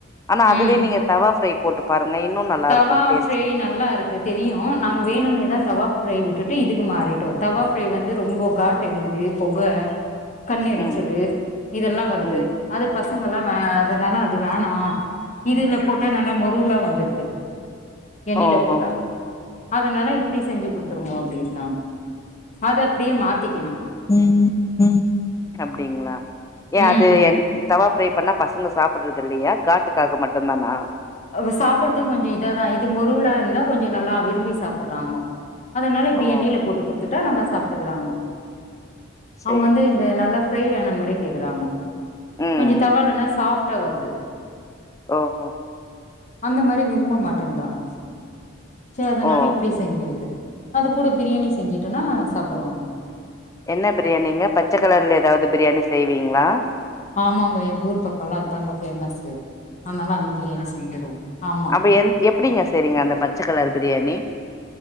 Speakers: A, on the left; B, on the left.
A: ஆனா அதுவே
B: ம்
A: நீங்க தவா ஃப்ரை போட்டு பாருங்க இன்னு நல்லா
B: தவா
A: இருக்கு டேஸ்ட்டு
B: ஃப்ரை நல்லா இருக் கு தெரியு நாங்க வேணுன்னேதா தவா ஃப்ரை விட்டுட்டு இதுக்கு மாறிட்டோ தவா ஃப்ரை வந்து ரொம்ப காட் டெடுகுது பொக கண் எரிச்சலு
A: ம்
B: இதெல்லா வருது
A: ம்
B: அது பசங்கள்லா வ அதனால அது வேணா இதுல போட்டா நல்லா மொருவுலா வந்துருது எண்ணெல
A: ஓஹோ
B: போட்டா அதனால இப்டி செஞ்சி குடுத்துருங்கோ அப்டின்டாங் அது அப்டியே மாத்திக்கிணு
A: ம் ம் அப்டிங்ளா ஏ
B: ம்
A: அது என் தவா ஃப்ரை பண்ணா பசங்க சாப்புட்றது இல்லையா காட்டுக்காக மட்டுந்தானா
B: அவ சாப்புட்றது கொஞ்சோ இதாதா இது மொருவுலா இருந்தா கொஞ்சொ நல்லா விரும்பி சாப்புட்றாங்கோ அதனால இப்டி
A: ஓ
B: எண்ணெய்ல போட்டு குடுத்துட்டா நல்லா சாப்ட்டுக்குறாங்கோ
A: சேரி
B: அவ்ங்க வந்து
A: சேரி
B: த நல்லா ஃப்ரை ஆன மாரி கேக்குறாங்கோ
A: ம்
B: கொஞ்சொ
A: ம்
B: தவாலனா சாஃப்ட்டா வருது
A: ஓ ஒ
B: அந்த மாரி விரும்ப மாட்டேன்றாங் சே அதனால
A: ஓ
B: இப்டி செஞ்சிர்றது அதுக் கூட பிரியாணி செஞ்சுட்டுன்னா சாப்டுவாங்
A: என்ன பிரியாணிங்க பச்ச கலர்ல ஏதாவ்து பிரியாணி செய்வீங்களா
B: ஆமாங்கோ எங் ஊர் பக்கோல்லா அத்தாங்கோ ஃபேமஸு அனால அந்த பிரியாணி செஞ்சிருவோ ஆமா
A: இப்ப எந் எப் டிங்க செய்றீங்க அந்த பச்சக்கலர் பிரியாணி